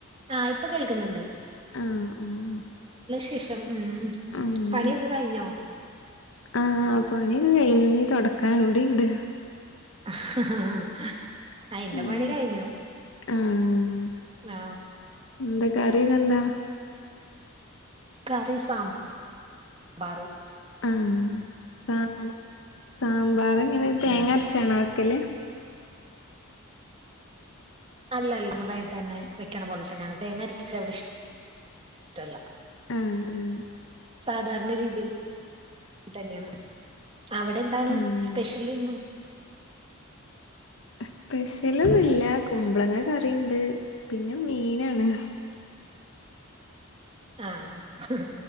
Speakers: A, on the right (about 25°); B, on the left (about 60°).
A: ആഹ് ഇപ്പൊ കേൾക്കുന്നുണ്ട്
B: ആഹ് ആഹ്
A: ശേഷം ഉം
B: ആഹ്
A: പണിയൊക്കെ കഴിഞ്ഞോ
B: ആഹ് പണിക്കെ കഴിഞ്ഞു ഇനി തൊടക്കാൻ കൂടിണ്ട്
A: <unintelligible> ആഹ് എന്റെ
B: ഉം
A: പണി കഴിഞ്ഞു
B: ആഹ്
A: ആ
B: എന്തൊക്കെ കറിക്കെന്താ
A: കറി സാമ്പാർ
B: ആഹ് സാമ്പാറെങ്ങനെ തേങ്ങ
A: ഉം
B: അരച്ചണ വേക്കല്
A: അല്ല അല്ല മുതായിട്ട് തന്നെ വെക്കണ പോലെ തന്നെയാണ് തേങ്ങ അരച്ചെവിടെ ഇഷ് ഇഷ്ടല്ല
B: ആഹ് ആഹ്
A: സാധാരണ രീതിയിൽ തന്നെയാണ് അവിടെ എന്താണ്
B: ആഹ്
A: സ്പെഷ്യലെന്നും
B: <unintelligible> സ്പെഷ്യലൊന്നുല്ല കുമ്പളങ്ങ കറിയുണ്ട് പിന്നെ മീനാണ്
A: ആഹ്